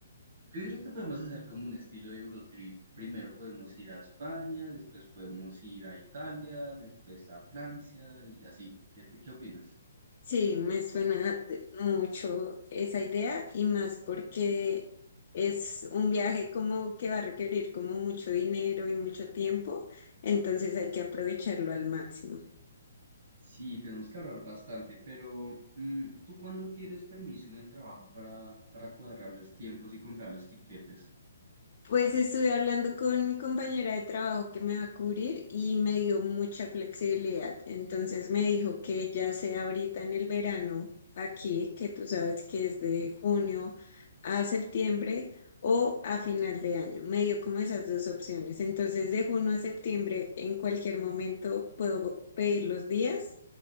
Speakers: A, on the right (about 45°); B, on the left (about 45°).
A: yo diría que podemos hacer como un estilo de Eurotrip. Primero podemos ir a España, después podemos ir a Italia, después a Francia y así. ¿Qué te- qué opinas?
B: sí, me suena mucho esa idea y más porque es un viaje como que va a requerir como mucho dinero y mucho tiempo, entonces hay que aprovecharlo al máximo.
A: Sí, tenemos que ahorrar bastante, pero mm, ¿tú cuándo tienes permiso en el trabajo para, para cuadrar los tiempos y comprar los tiquetes?
B: Pues estuve hablando con mi compañera de trabajo que me va a cubrir y me dio mucha flexibilidad. Entonces me dijo que ya sea ahorita en el verano, aquí, que tú sabes que es de junio a septiembre o a final de año. Me dio como esas dos opciones. Entonces de junio a septiembre en cualquier momento puedo pedir los días.